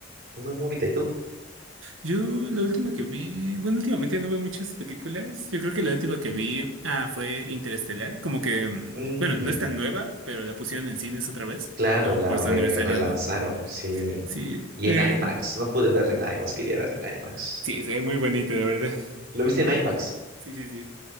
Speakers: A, on the right (about 55°); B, on the right (about 75°).
A: No es muy bonita, ¿y tú?
B: Yo, la última que vi, bueno, últimamente no veo muchas películas. Yo creo que la última que vi, ah, fue Interestelar. Como que, mm,
A: Mm,
B: bueno, no es tan nueva, pero la pusieron en cines otra vez,
A: claro,
B: como
A: la
B: por su
A: re-
B: aniversario,
A: relanzaron,
B: ¿no?
A: sí.
B: Sí,
A: Y
B: eh,
A: en IMAX, no pude verla en IMAX, quería verla en IMAX.
B: sí, se ve muy bonito, la verdad. <laughs>
A: ¿Lo viste en IMAX?
B: Sí, sí, sí,